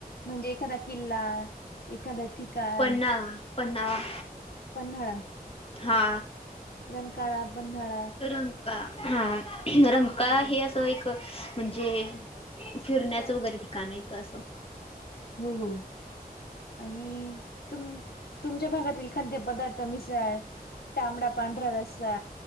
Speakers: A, on the left; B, on the left.
A: म्हणजे एखादा किल्ला. एखाद्या ठिकाण
B: पन्हाळा पन्हाळा
A: पन्हाळा.
B: हा
A: रंकाळा पन्हाळा.
B: रंका हा रंकाळा
A: हो हो.
B: हे अस एक म्हणजे फिरण्याच वगैरे ठिकाण येत असं
A: हो हो आणि तुम तुमच्या भागातील खाद्यपदार्थ मिसाळ. तांबडा पांढरा रस्सा.